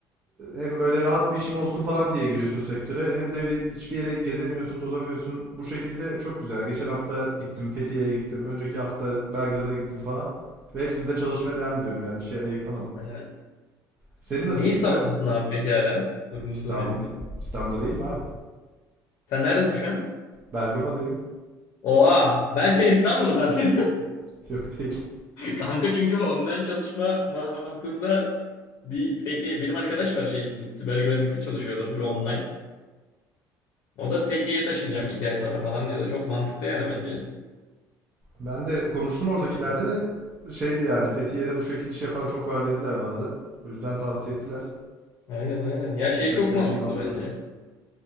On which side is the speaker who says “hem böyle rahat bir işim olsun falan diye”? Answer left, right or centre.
Right